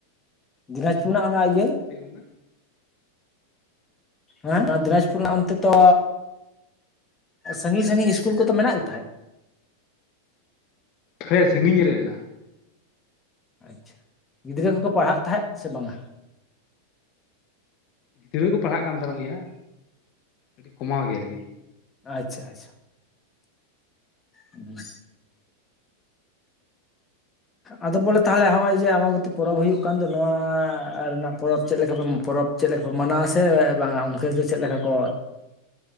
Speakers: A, on the left; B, on the left.
A: ᱫᱤᱱᱟᱡᱽᱯᱩᱨ ᱨᱮᱱᱟᱜ ᱚᱱᱟ ᱤᱭᱟᱹ
B: ᱪᱮᱫ ᱜᱚᱢᱠᱮ?
A: ᱦᱮᱸ, ᱟᱨ ᱫᱤᱱᱟᱡᱽᱯᱩᱨ ᱨᱮᱱᱟᱜ ᱚᱱᱛᱮ ᱛᱚ ᱥᱟᱺᱜᱤᱧ, ᱥᱟᱺᱜᱤᱧ ᱤᱥᱠᱩᱞ ᱠᱚᱫᱚ, ᱢᱮᱱᱟᱜ ᱜᱮ ᱛᱟᱦᱮᱸᱫ᱾
B: ᱦᱮᱸ, ᱥᱟᱺᱜᱤᱧ ᱨᱮ ᱦᱮᱱᱟᱜᱼᱟ ᱾
A: ᱟᱪᱪᱷᱟ, ᱜᱤᱫᱽᱨᱟᱹ ᱠᱚᱠᱚ ᱯᱟᱲᱦᱟᱜ ᱛᱟᱦᱮᱸᱜ, ᱥᱮ ᱵᱟᱝ?
B: ᱜᱤᱫᱽᱨᱟᱹ ᱠᱚ ᱯᱟᱲᱦᱟᱜ ᱠᱟᱱ ᱛᱟᱦᱮᱸᱱᱚᱜ ᱜᱮᱭᱟ, ᱟᱹᱰᱤ ᱠᱚᱢᱟᱣ ᱜᱮ ᱟᱨ ᱠᱤ
A: ᱟᱪᱪᱷᱟ, ᱟᱪᱪᱷᱟ᱾ ᱦᱮᱸ, ᱟᱫᱚ ᱵᱚᱞᱮ ᱛᱟᱦᱚᱞᱮ ᱦᱚᱸᱜᱼᱚᱭ ᱡᱮ, ᱟᱢᱵᱟ ᱵᱚᱛᱤ ᱯᱚᱨᱚᱵᱽ ᱦᱳᱭᱳᱜ ᱠᱟᱱ ᱫᱚ, ᱱᱚᱣᱟ ᱨᱮᱱᱟᱜ ᱯᱚᱨᱚᱵᱽ ᱪᱮᱫ ᱞᱮᱠᱟ ᱵᱚᱱ ᱯᱚᱨᱚᱵᱽ? ᱪᱮᱫ ᱞᱮᱠᱟ ᱠᱚ ᱢᱟᱱᱟᱣᱟ ᱥᱮ ᱵᱟᱝᱟ, ᱚᱱᱛᱮ ᱫᱚ ᱪᱮᱫ ᱞᱮᱠᱟ ᱠᱚ?